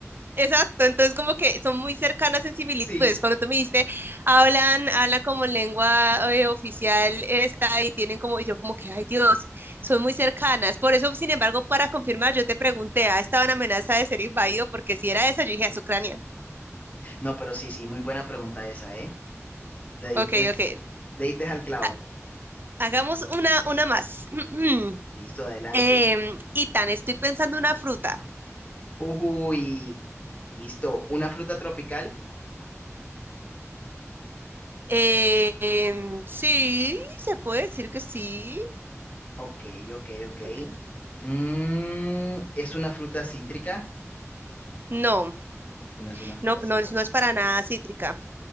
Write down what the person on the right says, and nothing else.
Exacto, entonces como que son muy cercanas en similitudes.
Cuando tú me dijiste, hablan, hablan como lengua eh, oficial esta y tienen como, y yo como que, ay Dios, son muy cercanas. Por eso, sin embargo, para confirmar, yo te pregunté, ¿ah, estaba en amenaza de ser invadido? Porque si era esa, yo dije, es Ucrania.
Ok, ok.
Ha- hagamos una, una más. <clears throat>
Em, y estoy pensando una fruta.
Eh, em, sí, se puede decir que sí.
Ok.
No,
no,
no, es- no es para nada cítrica.